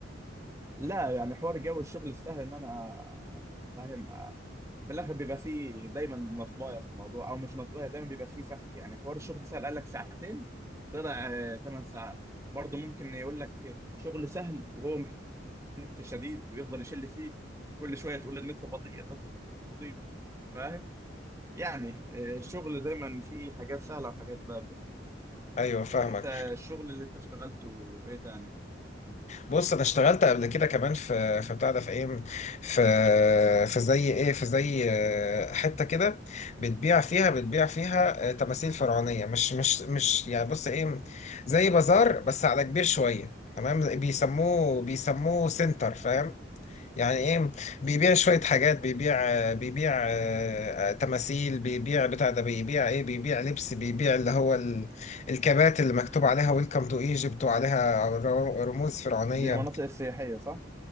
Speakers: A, on the right; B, on the left.
A: لا يعني حوار جو الشغل السهل ان انا فاهم آه، في الاخر بيبقى فيه دايما نصبايه في الموضوع او مش نصبايه دايما بيبقى فيه فخ يعني حوار الشغل سهل قال لك ساعتين طلع 8 ساعات برضه ممكن يقول لك شغل سهل وهو محتاج نت شديد ويفضل يشل فيك وكل شويه تقول النت بطيء النت بطيء فاهم يعني آه، الشغل دايما فيه حاجات سهله وحاجات بارده
B: ايوه فاهمك
A: انت الشغل اللي انت اشتغلته ايه تاني
B: بص انا اشتغلت قبل كده كمان في في بتاع ده في ايه في في زي ايه في زي آه، حته كده بتبيع فيها بتبيع فيها آه، تماثيل فرعونيه مش مش مش يعني بص ايه زي بازار بس على كبير شويه تمام بيسموه بيسموه سنتر فاهم يعني ايه بيبيع شويه حاجات بيبيع آه، بيبيع آه، آه، تماثيل بيبيع بتاع ده بيبيع ايه بيبيع لبس بيبيع اللي هو ال- الكبات اللي مكتوب عليها ويلكم تو ايجيبت وعليها رموز فرعونيه
A: دي المناطق السياحيه صح